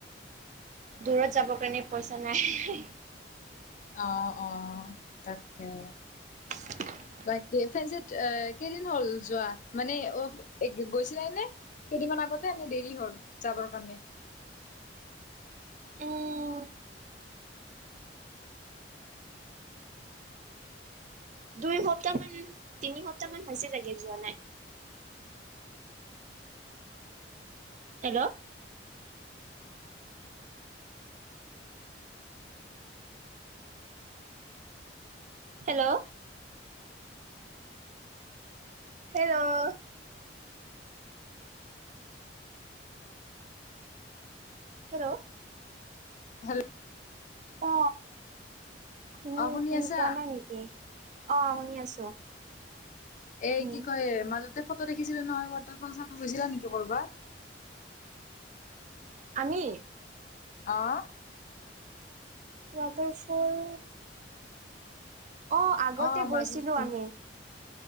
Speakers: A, on the right (about 40°); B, on the left (about 45°).
A: দূৰত যাবৰ কাৰণে পইচা নাই।
B: অহ অহ তাকে
A: <unintelligible>
B: বাকী ফেঞ্চিত কেইদিন হ'ল যোৱা মানে অ গৈছিলাই নে? কেইদিনমান আগতে এনে দেৰি হ'ল যাবৰ কাৰণে
A: <inaudible> উম দুই সপ্তাহ মান তিনি সপ্তাহ মান হৈছে চাগে যোৱা নাই hello hello hello hello
B: hello
A: অ শুনি
B: অ',
A: শুনি
B: আছা?
A: পোৱা নাই নেকি? অ শুনি আছো।
B: এ
A: উম
B: কি কয় মাজতে ফটো দেখিছিলো নহয় ৱাটাৰ ফল চাব গৈছিলা নেকি কৰবাত।
A: আমি
B: অহ
A: ৱাটাৰফল অ আগতে
B: অ', মাজতে
A: গৈছিলো আমি